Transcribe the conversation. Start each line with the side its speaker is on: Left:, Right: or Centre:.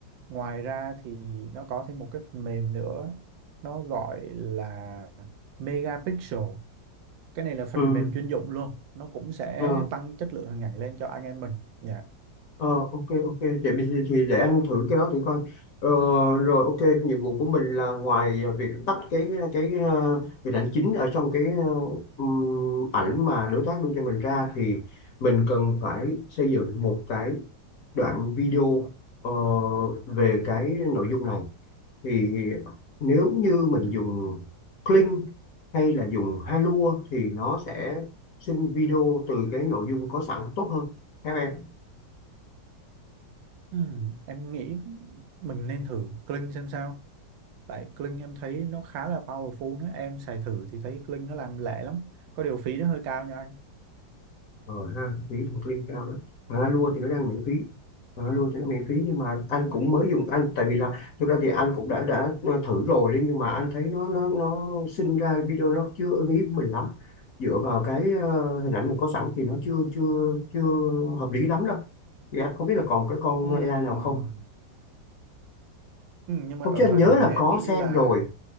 Right: ngoài ra thì nó có thêm một cái phần mềm nữa nó gọi là Megapixel cái này là phần
Left: ừ
Right: mềm chuyên dụng luôn nó cũng sẽ
Left: ờ.
Right: tăng chất lượng hình ảnh lên cho anh em mình Dạ
Left: Ờ, ok ok để mình thì để anh thử cái đó thử coi ờ, rồi ok nhiệm vụ của mình là ngoài việc tách cái cái ờ, hình ảnh chính ở trong cái ờ, ừm, ảnh mà đối tác đưa cho mình ra thì mình cần phải xây dựng một cái đoạn video ờ, về cái nội dung này thì nếu như mình dùng Kling hay là dùng Halua thì nó sẽ sinh video từ cái nội dung có sẵn tốt hơn Theo em
Right: Ừm, em nghĩ mình nên thử Kling xem sao tại Kling em thấy nó khá là powerful đó em xài thử thì thấy Kling nó làm lẹ lắm có điều phí nó hơi cao nha anh
Left: ờ ha phí một ly cao đấy à, lua thì nó đang miễn phí à, lua thì nó miễn phí nhưng mà anh cũng mới dùng anh tại vì là thực ra thì anh cũng đã đã thử rồi đấy nhưng mà anh thấy nó nó nó sinh ra video nó chưa ưng ý mình lắm dựa vào cái ờ, hình ảnh mình có sẵn thì nó chưa chưa chưa hợp lý lắm đâu thì anh không biết là còn cái con
Right: Ừm,
Left: AI nào không
Right: ừm, nhưng mà
Left: không
Right: ở
Left: chứ anh
Right: thời
Left: nhớ
Right: điểm
Left: là
Right: này
Left: có
Right: em nghĩ
Left: xem
Right: là
Left: rồi